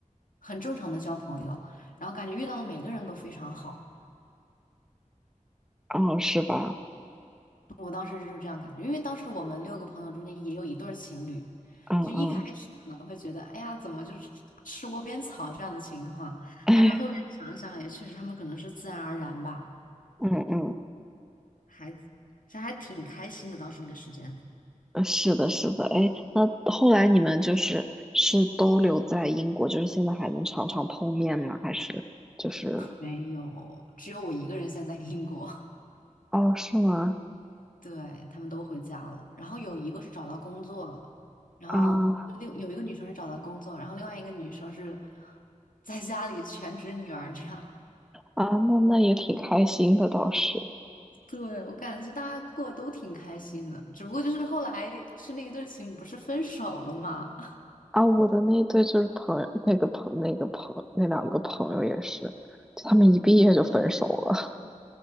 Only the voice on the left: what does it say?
很正常的交朋友，然后感觉遇到的每个人都非常好。
我当时就是这样感觉，因为当时我们六个朋友中间也有一对儿情侣，
就一开始可能会觉得，哎呀，怎么就是吃吃窝边草这样的情况，
但是后面想想也确实，他们可能是自然而然吧，
还这还挺开心的。当时那个时间
没有，只有我一个人现在在英国，
<laughs> 对，他们都回家了，然后有一个是找到工作了，然后另有一个女生是找到工作，
然后另外一个女生是在家里全职女儿这样。
对，我感觉大家过得都挺开心的，只不过就是后来是那一对情侣不是分手了嘛？